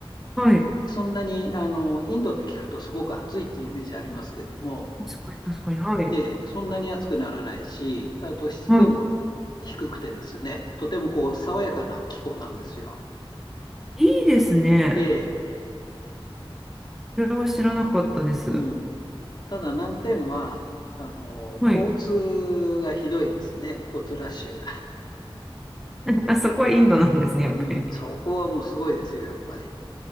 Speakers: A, in the centre; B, on the left.
A: はい。
B: そんなに、あの、インドって聞くとすごく暑いっていうイメージありますけども、
A: 確かに、確かに。はい。
B: で、そんなに暑くならないし、あと湿度も低くてですね、
A: はい。
B: とてもこう爽やかな気候なんですよ。
A: いいですね。
B: ええ、
A: それは知らなかったです。
B: うん。ただ難点は、あの、
A: はい。
B: 交通がひどいですね、交通ラッシュ。
A: あ、そこはインドなんですね、やっぱり。
B: うん、そこはもうすごいですよ、やっぱり。